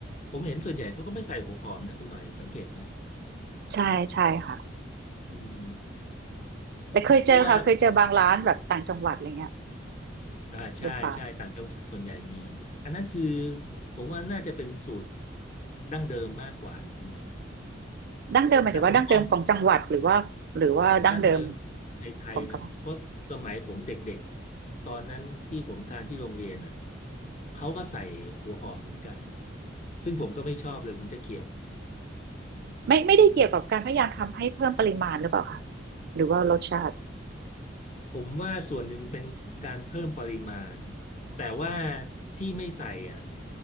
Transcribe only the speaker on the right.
ใช่ใช่ค่ะ
แต่เคยเจอค่ะเคยเจอบางร้านแบบต่างจังหวัดอะไรเงี้ย
หรือเปล่า
ดั้งเดิมหมายถึงว่าดั้งเดิมของจังหวัดหรือว่าหรือว่าดั้งเดิม
ของกระเพาะ
ไม่ไม่ได้เกี่ยวกับการพยายามทำให้เพิ่มปริมาณหรือเปล่าคะหรือว่ารสชาติ